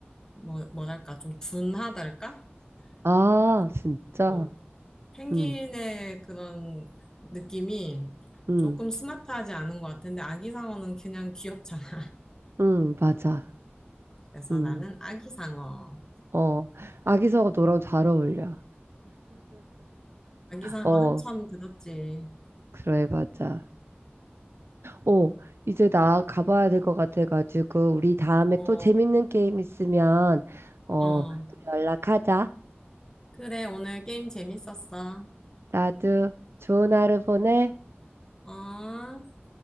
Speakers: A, on the left; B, on the right.
A: 뭐, 뭐랄까 좀 둔하달까?
B: 아,
A: 약간
B: 진짜.
A: 뭐 펭귄의
B: 음,
A: 그런 느낌이
B: 음,
A: 조금 스마트하지 않은 것 같은데 아기상어는 그냥 귀엽잖아. <laughs>
B: 음, 맞아.
A: 그래서
B: 음,
A: 나는 아기상어.
B: 어, 아기상어 너랑 잘 어울려.
A: 아기상어
B: 어,
A: 한참 들었지.
B: 그래, 맞아. 어, 이제 나 가봐야 될 것 같아가지고, 우리 다음에
A: 어,
B: 또 재밌는 게임 있으면, 어,
A: 어.
B: 또 연락하자.
A: 그래, 오늘 게임 재밌었어.
B: 나도 좋은 하루 보내.
A: 어?